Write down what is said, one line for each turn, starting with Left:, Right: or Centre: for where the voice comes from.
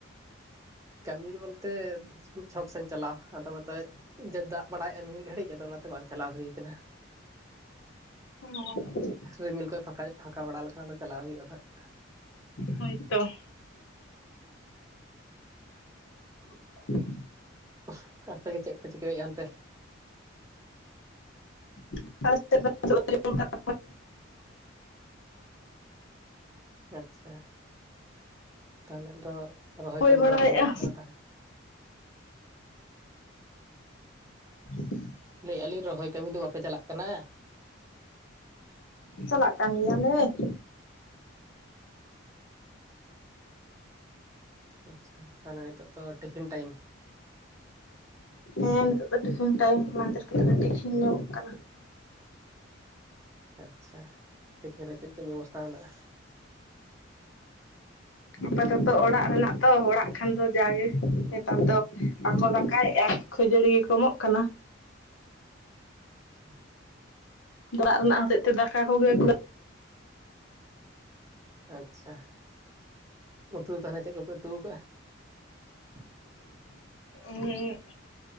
Right: ᱠᱟᱹᱢᱤ ᱫᱚ ᱵᱚᱞᱛᱮᱫ ᱪᱷᱚᱠ ᱥᱮᱱ ᱪᱟᱞᱟᱣ ᱟᱫᱚ ᱱᱚᱛᱮᱡ ᱡᱟ ᱫᱟᱜ ᱵᱟᱲᱟᱭᱮᱜᱼᱟ, ᱢᱤᱫ ᱜᱷᱟᱹᱲᱤᱡ ᱟᱫᱚ ᱚᱱᱟᱛᱮ ᱵᱟᱝ ᱪᱟᱞᱟᱣ ᱦᱳᱭ ᱠᱟᱱᱟ ᱾
Left: ᱦᱮ
Right: ᱨᱤᱢᱤᱞ ᱠᱚᱭ ᱯᱷᱟᱠᱟᱭᱮᱜ ᱯᱷᱟᱠᱟ ᱵᱟᱲᱟ ᱞᱮᱠᱷᱟᱱ ᱫᱚ, ᱪᱟᱞᱟᱣ ᱦᱳᱭᱩᱜᱼᱟ ᱱᱟᱦᱟᱜ ᱾
Left: ᱦᱳᱭ ᱛᱚ ᱾ <unintelligible>
Right: ᱟᱦ ᱟᱯᱮ ᱜᱮ ᱪᱮᱫ ᱯᱮ ᱪᱤᱠᱟᱹᱭᱮᱜᱼᱟ ᱚᱱᱛᱮ?
Left: <unintelligible> <unintelligible> <inaudible> <unintelligible>
Right: ᱟᱪᱪᱷᱟ ᱛᱟᱦᱞᱮ ᱫᱚ, ᱨᱚᱦᱚᱭ
Left: ᱦᱩᱭ
Right: ᱠᱟᱹᱢᱤ
Left: ᱵᱟᱲᱟᱭᱮᱫᱼᱟ
Right: ᱫᱚ ᱵᱟᱯᱮ ᱪᱟᱞᱟᱜ ᱠᱟᱱᱟ ᱛᱟᱦᱚᱞᱮ?
Left: <inaudible>
Right: ᱞᱟᱹᱭᱮᱜᱼᱟᱞᱤᱧ ᱨᱚᱦᱚᱭ ᱠᱟᱹᱢᱤ ᱫᱚ ᱵᱟᱯᱮ ᱪᱟᱞᱟᱜ ᱠᱟᱱᱟ?
Left: ᱪᱟᱞᱟᱜ ᱠᱟᱱ ᱜᱮᱭᱟ ᱞᱮ ᱾
Right: ᱟᱪᱪᱷᱟ ᱛᱟᱦᱚᱞᱮ ᱱᱤᱛᱚᱜ ᱫᱚ, ᱴᱤᱯᱷᱤᱱ ᱴᱟᱭᱤᱢ?
Left: ᱦᱮᱸ ᱱᱤᱛᱚᱜ ᱫᱚ ᱴᱤᱯᱷᱤᱱ ᱴᱟᱭᱤᱢ, ᱚᱱᱟ ᱠᱷᱟᱛᱤᱨ ᱠᱟᱹᱡ ᱴᱤᱯᱷᱤᱱ ᱧᱚᱜᱚᱜ ᱠᱟᱱᱟ ᱾
Right: ᱟᱪᱪᱷᱟ ᱴᱤᱯᱷᱤᱱ ᱨᱮ ᱪᱮᱫ ᱪᱮᱫ ᱵᱮᱵᱚᱥᱛᱷᱟ ᱢᱮᱱᱟᱜᱼᱟ? <inaudible>
Left: ᱟᱯᱟᱛᱚᱛᱚ ᱚᱲᱟᱜ ᱨᱮᱱᱟᱜ ᱛᱚ, ᱦᱚᱲᱟᱜ ᱠᱷᱟᱱ ᱫᱚ ᱡᱟᱜᱮ ᱱᱮᱛᱟᱨ ᱫᱚ ᱵᱟᱠᱚ ᱫᱟᱠᱟᱭᱮᱜᱼᱟ ᱾ ᱠᱷᱟᱹᱡᱟᱹᱲᱤ ᱜᱮᱠᱚ ᱮᱢᱚᱜ ᱠᱟᱱᱟ᱾
Right: ᱟᱪᱪᱷᱟ,
Left: ᱛᱚᱨᱟᱜ ᱨᱮᱱᱟᱜ ᱦᱚᱛᱮᱡ ᱛᱮ ᱫᱟᱠᱟ ᱠᱚᱜᱮ <inaudible> <unintelligible>
Right: ᱟᱪᱪᱷᱟ ᱩᱛᱩ ᱫᱚ ᱛᱟᱦᱚᱞᱮ ᱪᱮᱫ ᱠᱚᱯᱮ ᱩᱛᱩ ᱠᱟᱜᱼᱟ? <inaudible>
Left: ᱮᱸᱻᱻᱜ,